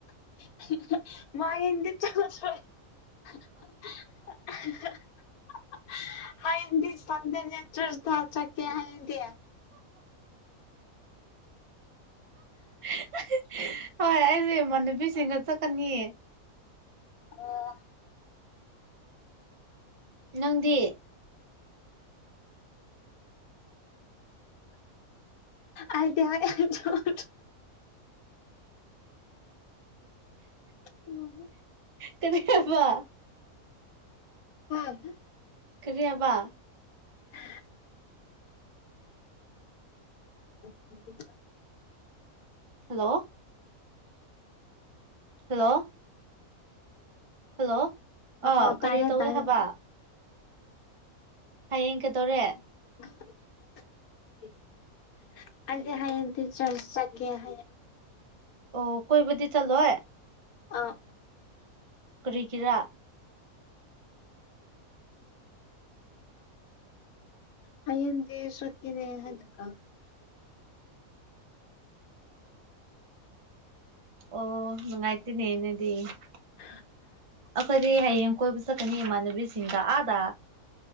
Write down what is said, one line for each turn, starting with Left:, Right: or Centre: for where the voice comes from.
Left: <unintelligible> <unintelligible> ꯍꯥꯏꯗꯤ ꯁꯟꯗꯦꯗ ꯆꯥꯛ ꯆꯥ ꯆꯠꯀꯦ ꯍꯥꯏꯔꯗꯤ꯫
Right: <unintelligible> ꯍꯣꯏ ꯑꯩꯁꯦ ꯏꯃꯥꯟꯅꯕꯤꯁꯤꯡꯒ ꯆꯠꯀꯅꯤ꯫
Left: ꯑꯣ꯫
Right: ꯅꯪꯗꯤ꯫
Left: ꯑꯩꯗꯤ <unintelligible> ꯑꯣ
Right: ꯀꯔꯤ ꯍꯥꯢꯄ꯫
Left: <unintelligible>
Right: ꯀꯔꯤ ꯍꯥꯏꯕ
Left: <inaudible> <unintelligible>
Right: ꯍꯜꯂꯣ ꯍꯜꯂꯣ ꯍꯜꯂꯣ
Left: <unintelligible>
Right: ꯑꯥ
Left: ꯑꯣ ꯇꯥꯏꯌꯦ
Right: ꯀꯔꯤ ꯇꯧꯋꯦ
Left: ꯇꯥꯏꯌꯦ
Right: ꯍꯥꯏꯕ ꯍꯌꯦꯡ ꯀꯩꯗꯧꯔꯦ
Left: <unintelligible> ꯑꯩꯗꯤ ꯍꯌꯦꯛꯗꯤ ꯆꯔꯁ ꯆꯠꯀꯦ ꯍꯥꯏꯌꯦ
Right: ꯑꯣ ꯀꯣꯏꯕꯗꯤ ꯆꯠꯂꯣꯏ
Left: ꯑ
Right: ꯀꯔꯤꯒꯤꯔꯥ
Left: ꯍꯌꯦꯟꯗꯤ ꯁꯨꯠꯇꯤꯅꯦ <unintelligible>
Right: ꯑꯣ <unintelligible>
Left: <unintelligible>
Right: ꯑꯩꯈꯣꯏꯗꯤ ꯍꯌꯦꯡ ꯀꯣꯏꯕ ꯆꯠꯀꯅꯤ ꯏꯃꯥꯟꯅꯕꯤꯁꯤꯡꯗ ꯑꯥꯗ